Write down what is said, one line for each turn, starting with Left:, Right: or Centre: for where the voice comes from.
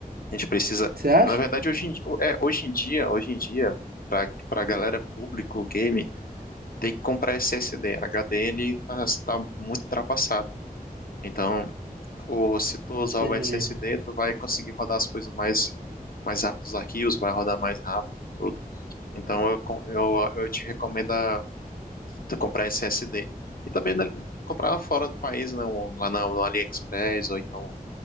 Left: A gente precisa,
Right: Você acha?
Left: na verdade, hoje em, di- é, hoje em dia, hoje em dia, para para galera público game, tem que comprar SSD. HD ele tá, tá muito ultrapassado. Então, o, se tu usar
Right: Entendi.
Left: o SSD, tu vai conseguir rodar as coisas mais mais rápido, os arquivos vai rodar mais rápido e tudo. Então, eu, con- eu, eu te recomendo a tu comprar SSD. E também né, comprar fora do país, né? um- Lá na, no AliExpress ou então